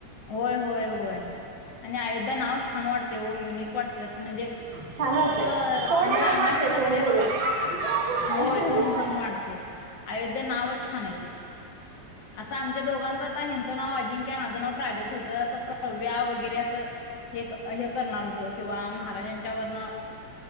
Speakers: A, on the left (about 60°); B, on the right (about 80°).
A: होय होय होय आणि अयोध्या नाव छान वाटतय ओ युनिक वाटतय असं म्हणजे
B: छान वाटतंय
A: असं
B: तोंड
A: आणि
B: भरून
A: रामाची
B: वाटतंय
A: नगरी
B: तोंड भरून
A: असल्या, होय तोंड भरून वाटतय. अयोध्या नावच छान आहे ते. असं आमच्या दोघांचं आता ह्याचं नाव अजिंक्य माझं नाव <unintelligible> अस प्रव्या वगरे अस हे करनार होतो किंवा महारा ह्याच्यावरन